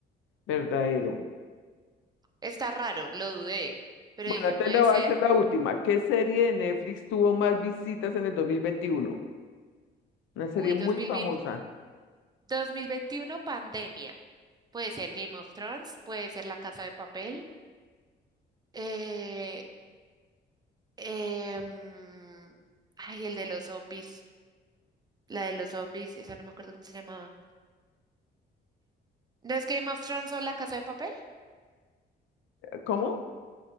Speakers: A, on the left (about 80°); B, on the right (about 20°).
A: Verdadero.
B: Está raro, lo dudé, pero
A: Bueno,
B: dije,
A: antes
B: puede
A: le voy
B: ser.
A: a hacer la última. ¿Qué serie de Netflix tuvo más visitas en el dos mil veintiuno Una serie
B: Uy,
A: muy
B: 2020,
A: famosa.
B: 2021, pandemia. Puede ser Game of Thrones, puede ser La Casa de Papel. Eh, em, ay, el de los zombies. La de los zombies, esa no me acuerdo cómo se llamaba. ¿No es Game of Thrones o La Casa de Papel?
A: ¿Cómo?